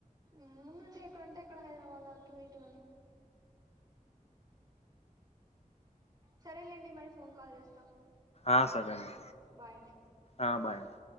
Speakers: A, on the right (about 30°); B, on the left (about 50°).
A: ఏముందండి ఎక్కడంటే అక్కడ హైదరాబాద్ అటూ ఇ టూ అని సరేలేండి మరి ఫోన్ కాల్ చేస్తా
B: ఆ సరే అండి
A: బాయ్ అండి
B: ఆ బాయ్ అండి